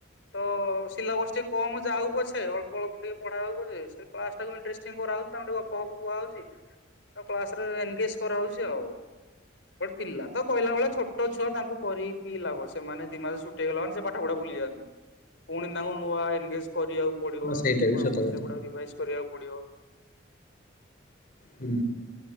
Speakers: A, on the left; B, on the left.
A: ତ ସିଲାବସ୍ ଟିକେ କମ ଯାଉ ପଛେ ଅଳ୍ପ-ଅଳ୍ପ ଟିକେ ପଢା ହଉ ପଛେ କ୍ଲାସ୍ ଟାକୁ ଇଣ୍ଟ୍ରେଷ୍ଟିଙ୍ଗ କରାହଉଚି ତାଙ୍କୁ ଟିକେ ଗପ <unintelligible> କୁହାହଉଚି, ତାଙ୍କୁ କ୍ଲାସ୍ ରେ <unintelligible> <unintelligible> କରାହଉଚି ଆଉ। ବଟ୍ ପିଲା ତ କହିଲା ଭଳିଆ ଛୋଟ ଛୁଆ ତାଙ୍କୁ କରିକି ଲାଭ, ସେମାନେ ଦି ମାସ ଛୁ ଟି ହେଇଗଲା ମାନେ ସେ ପାଠପଢା ଭୁଲି ଯାଆନ୍ତି, ପୁଣି ତାଙ୍କୁ ନୂଆ ଏନ୍ନ୍ଗେଜ୍ କରିଆକୁ ପଡିବ,
B: ସେଇଟା ବି
A: ନୂଆ
B: ସତ
A: ପୁଣି
B: କଥା
A: ସେଗୁଡାକ ରିଭାଇଜ୍ କରିଆକୁ ପଡିବ।
B: ହୁଁ।